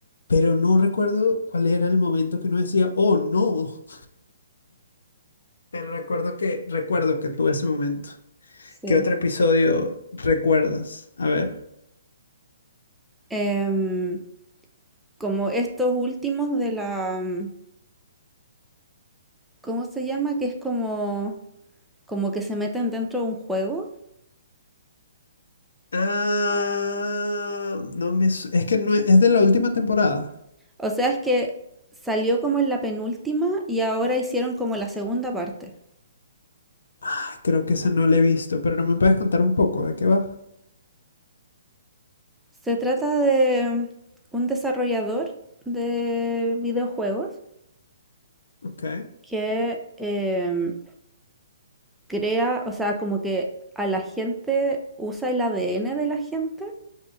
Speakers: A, on the left; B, in the centre.
A: Pero no recuerdo cuál era el momento que uno decía, oh no, pero recuerdo que, recuerdo que tuve ese momento.
B: sí.
A: ¿Qué otro episodio recuerdas? A ver.
B: Em, como estos últimos de la... mm, ¿Cómo se llama? Que es como, como que se meten dentro de un juego.
A: Ah, no me... su- Es que no es es de la última temporada.
B: O sea, es que salió como en la penúltima y ahora hicieron como la segunda parte.
A: Ah, creo que esa no la he visto, pero me puedes contar un poco de qué va.
B: Se trata de un desarrollador de videojuegos
A: Ok,
B: que em, crea, o sea, como que a la gente usa el ADN de la gente